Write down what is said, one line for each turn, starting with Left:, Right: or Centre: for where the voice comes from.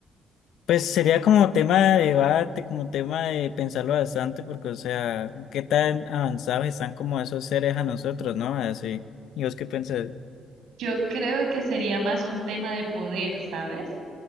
Left: pues sería como tema de debate, como tema de pensarlo bastante, porque, o sea, qué tan avanzados están como esos seres a nosotros, ¿no? Así, ¿y vos qué pensás?
Right: Yo creo que sería más un tema de poder, ¿sabes?